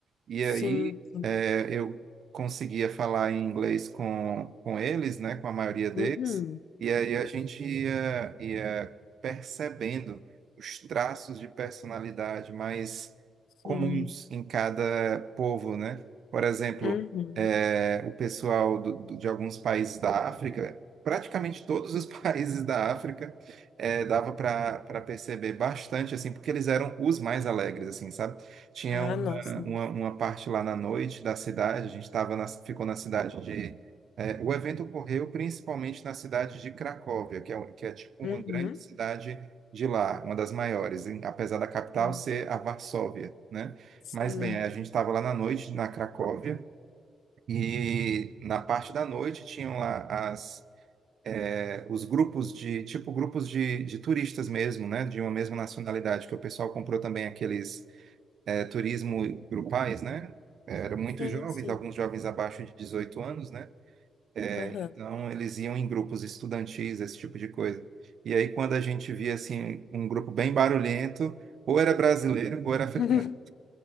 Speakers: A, on the right (about 65°); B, on the left (about 70°).
A: E
B: Sim,
A: aí
B: sim,
A: eh, eu conseguia falar em inglês com, com eles, né, com a maioria deles,
B: uhum,
A: e aí a gente ia, ia percebendo os traços de personalidade mais
B: sim,
A: comuns em cada povo, né? Por exemplo,
B: uhum.
A: eh, o pessoal do- do- de alguns países da África, praticamente todos os <laughs> países da África, eh, dava para para perceber bastante, assim, porque eles eram os mais alegres, assim, sabe? Tinha
B: Ah, nossa,
A: uma, uma parte lá na noite da cidade, a gente tava na, ficou na cidade de. é, o evento ocorreu principalmente na cidade de Cracóvia, que é, um- que é tipo
B: uhum,
A: uma grande cidade de lá, uma das maiores, em- apesar da capital
B: uhum.
A: ser a Varsóvia, né?
B: Sim.
A: Mas bem, a gente estava lá na noite na Cracóvia e na parte da noite tinham lá as, é, os grupos de, tipo grupos de, de turistas mesmo, né? De uma mesma nacionalidade, que o pessoal comprou também aqueles é, turismo grupais, né? Eram muito
B: Sim,
A: jovens,
B: sim.
A: alguns jovens abaixo de 18 anos, né? É,
B: Aham.
A: então, eles iam em grupos estudantis, esse tipo de coisa. E aí, quando a gente via, assim, um grupo bem barulhento, ou era brasileiro ou era africano.
B: <laughs>